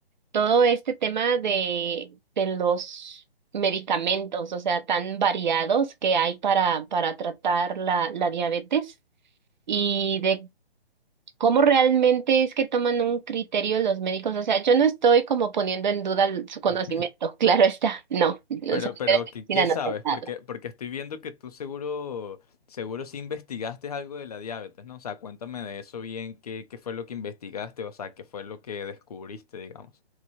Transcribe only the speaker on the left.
<laughs>
Pero,
pero,
¿qué,
qué
sabes?
Porque, porque estoy viendo que tú seguro, seguro sí investigaste algo de la diabetes, ¿no? O sea, cuéntame de eso bien, qué, qué fue lo que investigaste, o sea, qué fue lo que descubriste, digamos.